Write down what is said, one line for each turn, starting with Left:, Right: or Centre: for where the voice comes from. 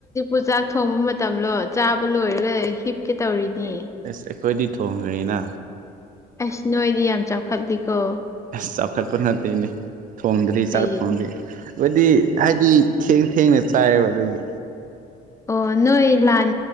Left: ꯎ ꯆꯥꯛ ꯊꯣꯡꯕ ꯃꯇꯝꯂꯣ ꯆꯥꯕ ꯂꯣꯏꯔꯒ ꯍꯤꯞꯀꯦ ꯇꯧꯔꯤꯅꯤ
Right: ꯑꯦꯁ ꯑꯩꯈꯣꯏꯗꯤ ꯊꯣꯡꯈ꯭ꯔꯤꯅ
Left: ꯑꯁ ꯅꯣꯏꯗꯤ ꯌꯥꯝ ꯆꯥꯎꯈꯠꯂꯤꯀꯣ
Right: ꯑꯁ ꯆꯥꯎꯈꯠꯄ ꯅꯠꯇꯦꯅꯦ ꯊꯣꯡꯗ꯭ꯔꯤ
Left: ꯀꯩꯒꯤꯅꯣ
Right: ꯆꯥꯛ ꯊꯣꯡꯗ꯭ꯔꯤ ꯕꯗꯤ ꯍꯥꯏꯗꯤ ꯊꯦꯡ ꯊꯦꯡꯅ ꯆꯥꯏꯑꯕ ꯑꯗꯨꯒꯤ
Left: ꯑꯣ ꯅꯣꯏ ꯂꯥꯟ